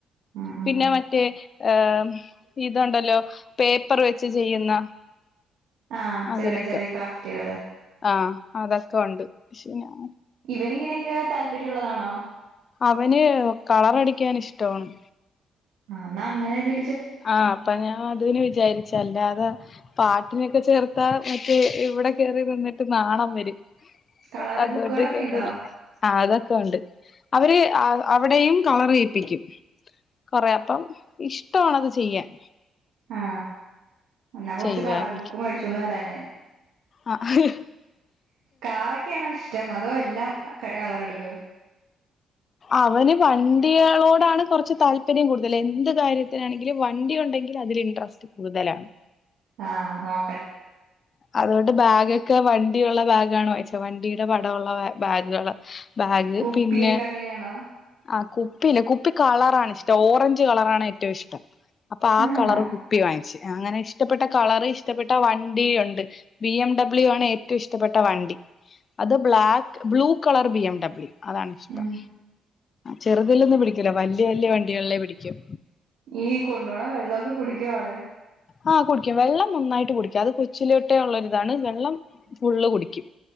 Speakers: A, on the right (about 80°); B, on the left (about 45°).
A: ഉം ഉം
B: പിന്നെ മറ്റേ ഏ ഇതുണ്ടല്ലോ പേപ്പർ വെച്ച് ചെയ്യുന്ന
A: ആ
B: അതിനൊക്കെ
A: ചെറിയ ചെറിയ ക്രാഫ്റ്റുകള്
B: ആഹ് അതൊക്കെ ഉണ്ട് പക്ഷെ ഞൻ
A: ഇവൻ ഇങ്ങനെയൊക്കെ താല്പര്യമുള്ളതാണോ
B: അവന് കളർടിക്കൻ ഇഷ്ടമാണ്
A: ആ എന്നാ അങ്ങനെതി
B: ആ അപ്പൊ ഞാൻ അതിന് വിചാരിച്ചല്ലാ അതെ പാട്ടിനൊക്കെ ചേർത്താ മറ്റേ ഇവിടെ കേയറി നിന്നിട്ട് നാണം വരും
A: കളറിംഗ്
B: അതുകൊണ്ട്
A: ബുക്കുകളൊക്കെ
B: കേറില്ല
A: ഉണ്ടോ
B: ആ അതൊക്കെ ഉണ്ട് അവര് അവിടെയും കളറിയിപ്പിക്കും കൊറെ അപ്പം ഇഷ്ടണ് അത് ചെയ്യാൻ
A: ആ എന്നെ കുറച്ച്
B: ചെയ്യാൻ
A: കളറും ബുക്കും മേടിച്ചോണ്ട് വരാ ഞാൻ
B: ആഹ്
A: കാറൊക്കെയാണോ ഇഷ്ടം അതോ എല്ലാം കളർടിക്കോ
B: അവന് വണ്ടികളോടാണ് കുറച്ച് താല്പര്യം കൂടുതൽ എന്ത് കാര്യത്തിനാണെങ്കിലും വണ്ടി ണ്ടെങ്കിൽ അതിൽ ഇൻട്രസ്റ്റ് കൂടുതലാണ്
A: ആ ഓ
B: അതൊണ്ട് ബാഗ ഒക്കെ ക്കെ വണ്ടിയുള്ള ബാഗാണ് വായിച്ചത് വണ്ടിയുടെ പടമള്ള ബാഗുകള് ബാഗ്
A: കുപ്പിയൊക്കെ
B: പിന്നെ
A: അങ്ങനെയാണോ
B: ആ കുപ്പി ഇല്ല കുപ്പി കളറ ആണ് ഇഷ്ടം ഓറഞ്ച് കളറാണ് ഏറ്റവും ഇഷ്ടം അപ്പൊ ആ
A: ആഹ്
B: കളർ കുപ്പി വാങ്ങിച്ച് അങ്ങനെ ഇഷ്ടപ്പെട്ട കളർ ഇഷ്ടപ്പെട്ട വണ്ടിയുണ്ട് ബി എം ഡബ്ല്യു ആണ് ഏറ്റവും ഇഷ്ടപ്പെട്ട വണ്ടി അത് black blue colour B M W അതാണ് ഇഷ്ടം
A: ഉം
B: ചെറുതിൽ ഒന്നും പിടിക്കൂല വല്യ വല്യ വണ്ടികളിലേ പിടിക്കും
A: ഈ കൊണ്ട പോണ വെള്ളമൊക്കെ കുടിക്കുവ ആള്
B: ആ കുടിക്കും വെള്ളം നന്നായിട്ട് കുടിക്കും അത് കൊച്ചിലോട്ടേ ഉള്ളരിതാണ് വെള്ളം ഫുള്ള് കുടിക്കും